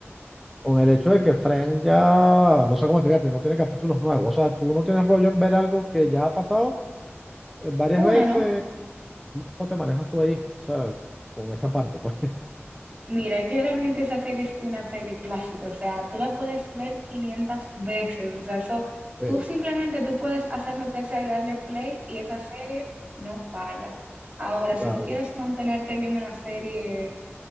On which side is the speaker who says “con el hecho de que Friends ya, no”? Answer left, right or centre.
Centre